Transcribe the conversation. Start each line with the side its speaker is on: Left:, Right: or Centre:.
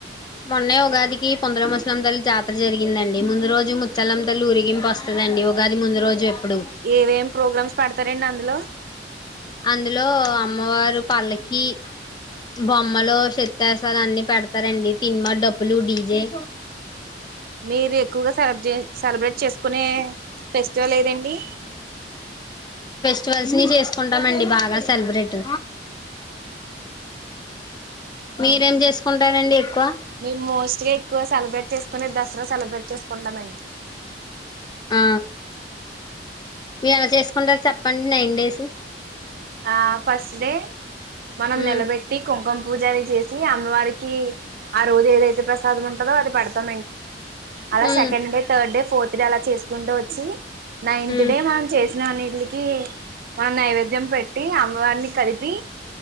Left: మొన్నే ఉగాదికి పొందర ముసలమ్మా జాతర జరిగిందండి ముందు రోజు ముత్చాల్ తలు ఊరిగింపు వస్తది అండి ఉగాది ముందు రోజు ఎప్పుడు
Right: ఎఏవ్ ప్రోగ్రామ్స్ పేడతారండి అందులో
Left: అందులో అమ్మవారు పల్లకి బొమ్మలో శతి్యాసాలు అన్ని పెడతారండి తీన్మార్ డప్పు లు డీజే
Right: మీరు ఎక్కువగా సెల సెలబ్రేట్ చేసుకునే ఫెస్టివల్ ఏదండి?
Left: ట్వలవ్స్ ని చేసుకుంటామండి బాగా సెలబ్రేట్ మీరేం చేసుకుంటారంండి ఎక్కువ?
Right: మే మోస్ట్గా ఎక్కువ సెలబ్రేట్ చేసుకునే దసరా సెలబ్రేట్ చేసుకుంటామండి
Left: ఆ మీరు ఎలా చేసుకుంటారు చెప్పండి నైన్ డేస్
Right: ఆ ఫస్ట్ డే మనం
Left: ఉమ్
Right: నిలబెట్టి కుం గం పూజని చేసి అమ్మవారికి ఆ రోజు ఏదైతే ప్రసాదం ఉంటదో అది పెడత అలా
Left: ఉమ్
Right: second day third day fourth day అలా చేసుకుంటూ చ్చ నైన్త్
Left: ఉమ్
Right: డే మనం చేసిన అన్నిట్లికి మ నైవేద్యం
Left: ఉమ్
Right: పెట్ అమ్మవారిని కలిపి